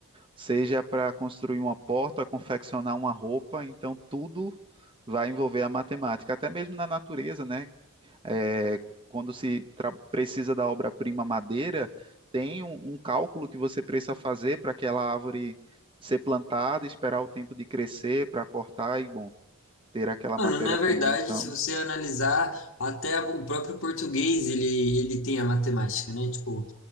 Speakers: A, on the right; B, on the left.
A: seja para construir uma porta, confeccionar uma roupa, então tudo vai envolver a matemática, até mesmo na natureza, né? É, quando se tra- precisa da obra-prima madeira, tem um, um cálculo que você precisa fazer para aquela árvore ser plantada, esperar o tempo de crescer para cortar e bom ter aquela matéria-prima,
B: Mano, na verdade,
A: então.
B: se você analisar, até a- o próprio português, ele, ele tem a matemática, né? Tipo,